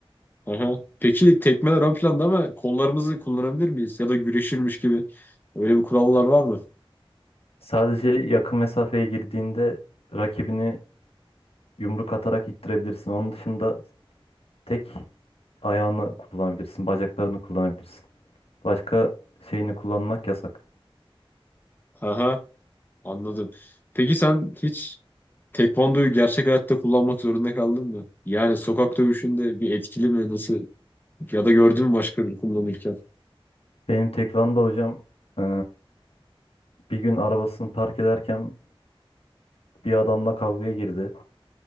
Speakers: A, on the left; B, on the left.
A: Aha. Peki tekmeler ön planda ama kollarımızı kullanabilir miyiz? Ya da güreşirmiş gibi. Öyle bir kurallar var mı?
B: Sadece yakın mesafeye girdiğinde rakibini yumruk atarak ittirebilirsin. Onun dışında tek ayağını kullanabilirsin, bacaklarını kullanabilirsin. Başka şeyini kullanmak yasak.
A: Aha. Anladım. Peki sen hiç Tekvandoyu gerçek hayatta kullanmak zorunda kaldın mı? Yani sokak dövüşünde bir etkili mi? Nasıl? Ya da gördün mü başka biri kullanırken?
B: Benim tekvando hocam e, bir gün arabasını park ederken bir adamla kavgaya girdi.